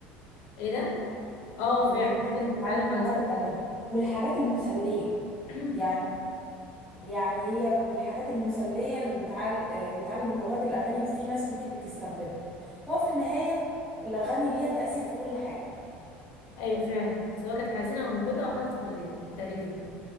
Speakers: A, on the left; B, in the centre.
A: ايه ده اه
B: من
A: فعلا
B: الحاجات
A: الناس
B: اللي بتعلم
A: بتتعلم
B: اللغات
A: على اساس
B: الاغاني
A: ده
B: والحاجات المسليه
A: <clears throat>
B: يعني يعني هي من الحاجات المسليه اللي بتعل... بتعلم لغات الاغاني وفي ناس كتير بتستخدمها هو في النهايه الاغاني ليها تاثير في كل حاجه
A: ايوه فعلا سواء كانت حزينه او مبهجه او حتى تقليديه تقليديه